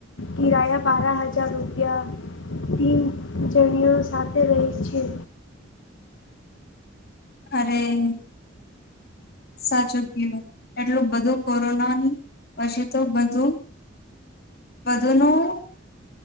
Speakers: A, on the left; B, on the left.
A: કિરાયા બારા હજાર રૂપિયા થીમ જણીઓ સાથે રહી છે.
B: અરે. સાચું કું એટલું બધું કોરોનાની પછી તો બધું. વધુ નું.